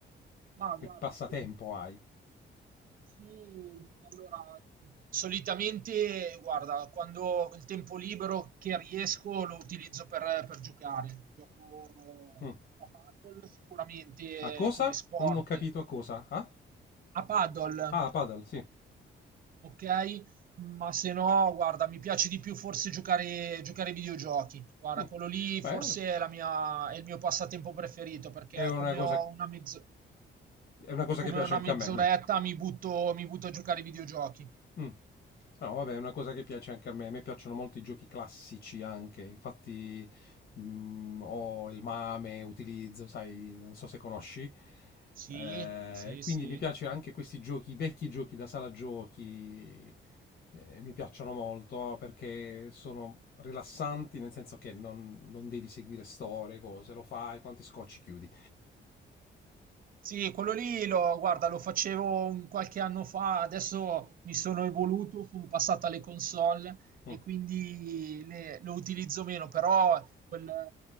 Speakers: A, on the right (about 45°); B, on the left (about 50°).
A: Ma
B: Che
A: guarda,
B: passatempo
A: io
B: hai?
A: Sì, allora, solitamente, guarda, quando ho il tempo libero che riesco lo utilizzo per, per giocare. Gioco gioco
B: Mm.
A: a paddle sicuramente
B: A cosa?
A: eh, come sport.
B: Non ho capito a cosa. Ah,
A: A paddle,
B: ah a paddle, sì.
A: ok? Ma se no, guarda, mi piace di più forse giocare, giocare ai videogiochi. Guarda,
B: Mm.
A: quello lì forse
B: Beh,
A: è la mia- è il mio passatempo preferito perché
B: è una
A: come
B: cosa
A: ho una mezz-
B: È una cosa
A: come
B: che piace
A: ho una
B: anche
A: mezz'oretta
B: a me, niente.
A: mi butto, mi butto a giocare ai videogiochi.
B: Mm. No, vabbè, è una cosa che piace anche a me. A me piacciono molto i giochi classici anche. Infatti, mm, ho il Mame, utilizzo, sai, non so se conosci.
A: Sì,
B: Eh,
A: sì,
B: quindi
A: sì.
B: mi piace anche questi giochi, i vecchi giochi da sala giochi. eh, mi piacciono molto perché sono rilassanti, nel senso che non, non devi seguire storie, cose, lo fai, quanti scocci chiudi.
A: Sì, quello lì lo, guarda, lo facevo un qualche anno fa, adesso mi sono evoluto, sono passato alle console
B: Mm,
A: e quindi le- lo utilizzo meno, però quel,